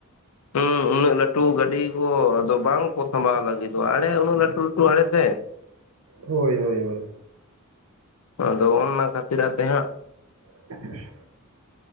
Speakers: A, on the left (about 80°); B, on the right (about 85°).
A: ᱦᱮᱸ ᱩᱱᱟᱹᱜ ᱞᱟᱹᱴᱩ ᱜᱟᱹᱰᱤ ᱠᱚ ᱟᱫᱚ ᱵᱟᱝ ᱠᱚ ᱥᱟᱸᱵᱟᱣ ᱞᱟᱹᱜᱤᱫᱚᱜᱼᱟ ᱟᱲᱮ ᱩᱱᱟᱹᱜ ᱞᱟᱹᱴᱩ ᱞᱟᱹᱴᱩ ᱟᱲᱮ ᱥᱮ
B: ᱦᱳᱭ ᱦᱳᱭ ᱦᱳᱭ
A: ᱟᱫᱚ ᱚᱱᱱᱟ ᱠᱷᱟᱹᱛᱤᱨ ᱟᱛᱮ ᱦᱟᱸᱜ
B: <unintelligible>